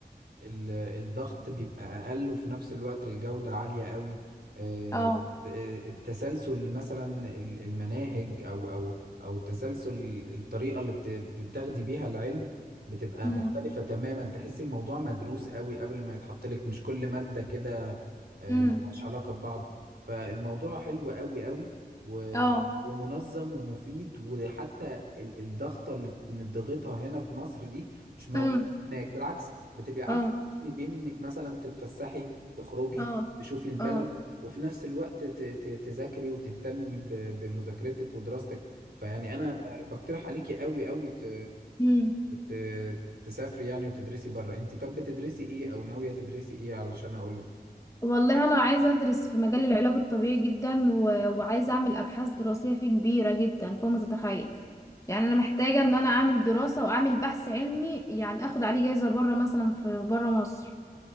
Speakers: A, on the right; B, on the left.
A: ال الضغط بيبقى أقل وفي نفس الوقت الجودة عالية قوي آه،
B: اه
A: آه، التسلسل مثلا ال- المناهج أو أو أو التسلسل الطريقة اللي بت- بتاخدي بيها العلم بتبقى
B: امم
A: مختلفة تماما تحسي الموضوع مدروس قوي قبل ما يتحط لك مش كل مادة كده آه،
B: امم
A: ملهاش علاقة ببعض فالموضوع حلو قوي قوي و...
B: اه
A: ومنظم ومفيد وحتى ال- الضغطة اللي بنضغطها هنا في مصر دي مش موجودة
B: امم
A: هناك بالعكس بتبقي عارفة
B: اه
A: توازني بين انك مثلا تتفسحي تخرجي
B: اه
A: تشوفي البلد
B: اه
A: وفي نفس الوقت ت- ت- تذاكري وتهتمي ب- بمذاكرتك ودراستك فيعني انا ب- بقترح عليكي قوي قوي ت...
B: امم
A: ت... تسافري يعني وتدرسي بره انت طب بتدرسي ايه او ناوية تدرسي ايه علشان اقول
B: والله انا عايزه ادرس في مجال العلاج الطبيعي جدا و... وعايزه اعمل ابحاث دراسيه فيه كبيره جدا فوق ما تتخيل يعني انا محتاجه ان انا اعمل دراسه واعمل بحث علمي يعني اخد عليه جايزه بره مثلا في بره مصر